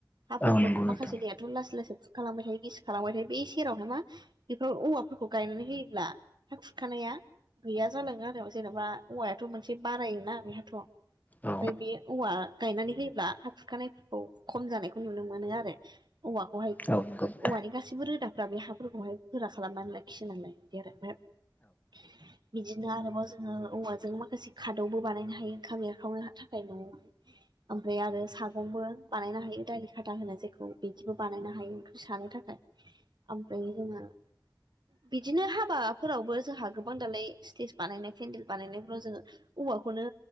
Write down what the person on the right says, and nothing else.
हाफोरखौ
माखासे दैयाथ' लासै लासै खुरखालांबाय थायो गिसि खालांबाय थायो बे सेरावनो मा बेफोराव औवा फोरखौ गायनानै होयोब्ला हा खुरखानाया गैया जालाङो आरो जेनेबा औवायाथ' मोनसे बारायोना बेहाथ' ओमफ्राय
बे औवा गायनानै होयोब्ला हा खुरखानायफोरखौ खम जानायखौ नुनो मोनो आरो औवाखौहाय
औवानि गासैबो रोदाफ्रा बे हाफोरखौहाय गोरा खालामनानै लाखियो नालाय बिदि आरो ओमफ्राय <inaudible> बिदिनो आरोबाव जोङो औवाजों माखासे खादौबो बानायनो हायो ओंखाम एरखावनो थाखाय न'आव ओमफ्राय आरो सागंबो बानायनो हायो दालि खाथा होनो जायखौ बिदिबो बानायनो हायो ओंख्रि सानो थाखाय ओमफ्राय जोङो बिदिनो हाबाफोरावबो जोंहा गोबां दालाय स्टेज बानायनाय केन्देल बानायनायफोराव जोङो औवाखौनो